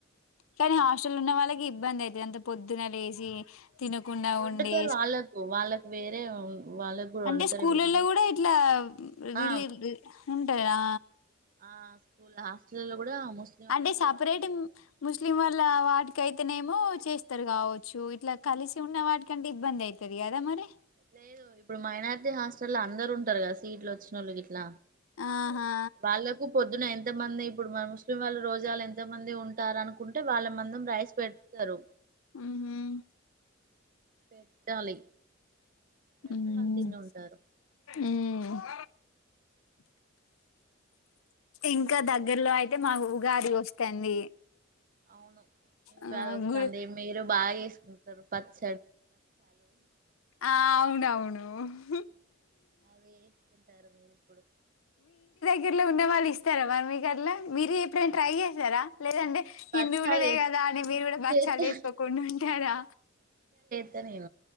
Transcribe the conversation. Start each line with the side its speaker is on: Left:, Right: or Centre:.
Left: కానీ హాస్టల్ ఉన్న వాళ్ళకి ఇబ్బంది అయితే అంత పొద్దున లేసి తినకుండా
Right: వండుతారు
Left: ఉండి
Right: వాళ్ళకు వాళ్ళకు వేరే వాళ్ళకు కూడా
Left: అంటే
Right: వండుతారు
Left: స్కూల్లలో
Right: ఇప్పుడు మన ముస్లిం
Left: కూడా ఇట్లా రిలీ
Right: ఆ
Left: రిల్ ఉంటాయా
Right: ఆ స్కూల్ హాస్టల్లో కూడా ముస్లిం వాళ్ళకి
Left: అంటే సపరేట్
Right: వంట చేస్తారు
Left: ఏం ముస్లిం వాళ్ళ వాటి కైతనేమో చేస్తారు కావచ్చు ఇట్లా కలిసి ఉన్న వాటికంటే ఇబ్బంది అయితది కదా మరి
Right: లేదు ఇప్పుడు మైనారిటీ హాస్టల్ ఇట్లా అందరూ ఉంటారు కదా సీట్లు వచ్చినోళ్లు గిట్ల
Left: ఆహా
Right: వాళ్ళకు పొద్దున ఎన్ ఎంతమంది ఇప్పుడు మన ముస్లిం వాళ్లు రోజలు ఎన్ ఎంత మంది ఉంటారు అనుకుంటే వాళ్ళ మందం రైస్ పెడతారు
Left: ఉహుం
Right: పెట్టాలి పెడితే
Left: ఉమ్
Right: వాళ్ళు తిని ఉంటారు
Left: ఉమ్ ఇంకా దగ్గర్లో అయితే మాకు ఉగాది వస్తుంది
Right: అవును ఈ ఉగాది
Left: ఆ
Right: వస్తుంది
Left: గుడి
Right: మీరు బాగా చేస్ కుంటరు పచ్చ
Left: ఆ అవునవును ఉహు
Right: అవే ఎక్కి ఉంటారు మీరు ఇప్పుడు
Left: దగ్గర్లో ఉండేవాళ్లు ఇస్తారా మరి మీకు అట్లా మీరు ఎప్పుడైనా ట్రై చేసారా లేదంటే
Right: బచ్చాలు
Left: హిందువులదే
Right: ఏత్-
Left: కదా అని
Right: ఆ
Left: మీరు కూడా బచ్చాలు
Right: చేస్తా
Left: చేసుకోకుండా ఉంటారా
Right: వస్తా నేను